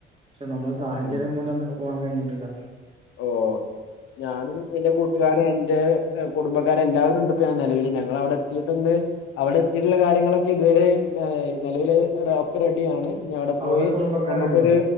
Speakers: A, on the right; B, on the left.
A: പക്ഷെ നമ്മളെ സാഹചര്യം
B: ആ
A: മൂലം നമുക്ക് പോകാൻ കഴിഞ്ഞിട്ടില്ല
B: ഓ ഞാനും എന്റെ കൂട്ടുകാരും എന്റെ കുടുംബ ക്കാരെല്ലാവരുണ്ട് പ്പെ നെലവില് ഞങ്ങളവ്ടെ എത്തിയിട്ടൊന്ന് അവിടെ എത്തിയിട്ടുള്ള കാര്യങ്ങളൊക്കെ ഇതുവരെ ന്നേയ് നിലാവിലഹ് റൊ ഒക്കെ റെഡിയാണ് ഇഞവടെ പോയി
A: അവിടെ കുടുംബക്കാരുണ്ടോ
B: നമുക്കൊരു